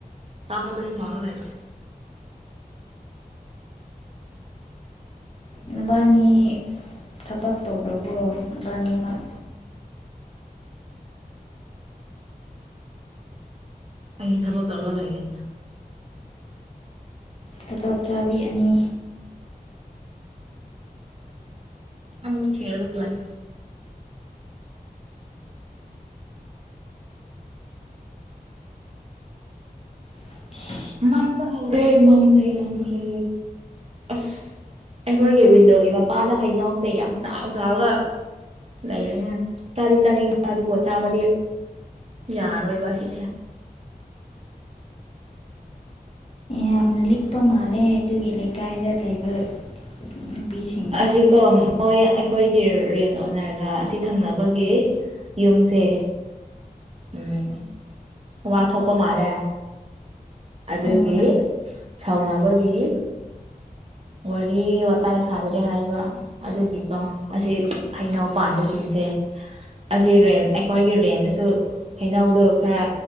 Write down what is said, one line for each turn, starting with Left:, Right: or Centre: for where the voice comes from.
Right: ꯇꯥ ꯍꯥ ꯇ ꯆꯥꯡꯂꯦꯒ
Left: ꯅꯨꯕꯥꯅꯤ ꯊꯕꯛ ꯇꯧꯔꯕꯣ ꯅꯕꯥꯅꯤꯃꯛ
Right: ꯑꯩꯗꯤ ꯊꯕꯛ ꯇꯧꯔ ꯂꯩꯔꯦ
Left: ꯇꯗꯣꯞ ꯆꯥꯕꯤ ꯑꯅꯤ
Right: ꯑꯃꯃꯛ ꯈꯦꯔꯒ ꯂꯅꯤ
Left: ꯎ <inaudible>
Right: ꯃꯝꯕ ꯍꯧꯔꯦ ꯃꯝꯈ꯭ꯔꯦ ꯃꯝꯈ꯭ꯔꯦ ꯑꯁ ꯑꯩꯈꯣꯏꯒꯤ ꯋꯤꯟꯗꯣꯒꯤ ꯃꯄꯥꯗ ꯍꯩꯅꯧꯁꯦ ꯌꯥꯝ ꯆꯥꯎ ꯆꯥꯎꯔꯒ ꯂꯩꯔꯦꯅꯦ ꯆꯥꯗꯤ ꯆꯥꯅꯤꯡꯕ ꯑꯗꯨꯕꯨ ꯆꯥꯕꯗꯤ ꯌꯥꯔꯣꯏꯕ ꯁꯤꯁꯦ
Left: ꯌꯥꯝꯅ ꯂꯤꯛꯄ ꯃꯥꯜꯂꯦ ꯑꯗꯨꯒꯤ ꯂꯩꯀꯥꯏꯗ ꯂꯩꯕ ꯅꯨꯄꯤꯁꯤꯡꯗꯣ
Right: ꯑꯁꯤꯀꯣ ꯃꯣꯏ ꯑꯩꯈꯣꯏꯒꯤ ꯔꯦꯅ ꯑꯣꯔꯒ ꯑꯁꯤ ꯊꯪꯅꯕꯒꯤ ꯌꯨꯝꯁꯦ ꯎꯝ ꯋꯥꯊꯣ ꯀꯣ ꯃꯥꯂꯦ ꯑꯗꯨꯒꯤ
Left: ꯑꯣꯅ
Right: ꯁꯥꯎꯅꯕꯒꯤ ꯋꯥꯔꯤ ꯋꯥꯇꯥꯏ ꯁꯥꯗ꯭ꯔꯦ ꯍꯥꯏꯕ ꯑꯗꯨꯒꯤꯀꯣ ꯑꯁꯤ ꯍꯩꯅꯧ ꯄꯥꯟꯕꯁꯤꯡꯁꯦ ꯑꯁꯤ ꯔꯦꯟ ꯑꯩꯈꯣꯏꯒꯤ ꯔꯦꯟꯗꯁꯨ ꯍꯩꯅꯧꯗꯣ ꯈꯔ